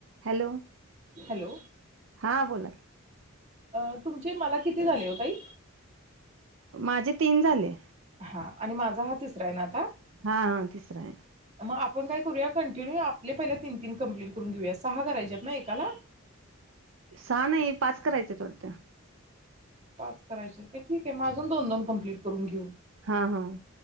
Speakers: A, on the right; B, on the right.
A: Hello,
B: hello
A: हां बोला. की
B: अं, तुमचे मला किती झाले ओ ताई?
A: माझे तीन झाले.
B: हां, आणि माझा हा तिसरा आहे ना आता.
A: हां-हां तिसरा आय.
B: मग आपण काय करूया कंटिन्यू आपले पहिले तीन-तीन कंप्लीट करून घेऊया. सहा करायच्यात ना एकाला.
A: सहा नाही पाच करायचेत वाटतं.
B: पाच करायचेत काय ठीके म अजून दोन-दोन कम्प्लीट करून घेऊ.
A: हां-हां